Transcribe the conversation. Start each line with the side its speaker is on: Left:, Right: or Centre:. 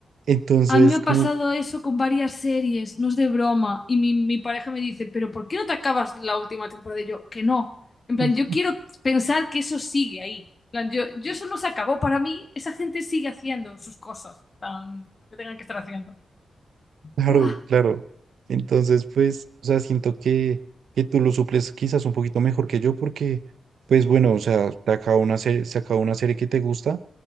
Right: Entonces,
Left: A mí me ha
Right: como,
Left: pasado eso con varias series, no es de broma. Y mi, mi pareja me dice, pero ¿por qué no te acabas la última temporada? Y yo, que no. En plan,
Right: <laughs>
Left: yo quiero pensar que eso sigue ahí. En plan, yo, yo eso no se acabó para mí. Esa gente sigue haciendo sus cosas. En plan, lo que tengan que estar haciendo.
Right: claro,
Left: ¡Buah!
Right: claro. Entonces, pues, o sea, siento que, que tú lo suples quizás un poquito mejor que yo porque, pues bueno, o sea, te acaba una serie, se acaba una serie que te gusta